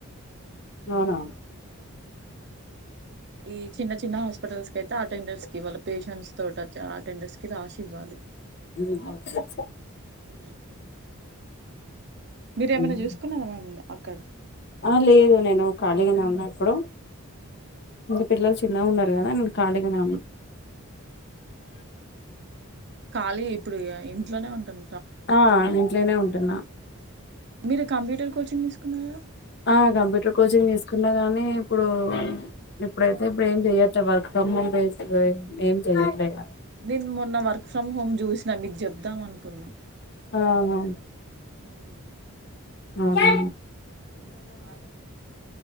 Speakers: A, on the left; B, on the right.
A: అవునా
B: ఈ చిన్న చిన్న హాస్పిటల్స్ కయితే అటెండర్స్ కి వాళ్ళ పేషెంట్స్ తోట చ అటెండర్స్కి రాశివ్వాల్లి
A: ఉ అచ్చచ్చ
B: ఉ మీరేమైనా
A: మ్మ్
B: చూసుకున్నారా మ్యామ్ అక్కడ
A: ఆ లేదు నేను ఖాళీగానే ఉన్న ఇప్పుడు ఇంగ పిల్లలు చిన్నగున్నర్ కదా నేను కాలిగానే ఉన్న
B: ఖాళీ ఇప్పుడు ఇగ ఇంట్లోనే ఉంటుం
A: ఆ ఇంట్లోనే ఉంటున్నా
B: మీరు కంప్యూటర్ కోచింగ్ తీసుకున్నారా
A: ఆ కంప్యూటర్ కోచింగ్ తీసుకున్నా గాని ఇప్పుడు ఇప్పుడైతే ఇప్పుడు ఏం చెయ్యట్లే వర్క్ ఫ్రమ్ హోమ్ బేస్ ఏం చెయ్యట్లేగ
B: నేను మొన్న వర్క్ ఫ్రమ్ హోమ్ చూసినా మీకు చెప్దాం అనుకున్నా
A: ఆహా
B: ఉమ్
A: ఆ
B: ఉ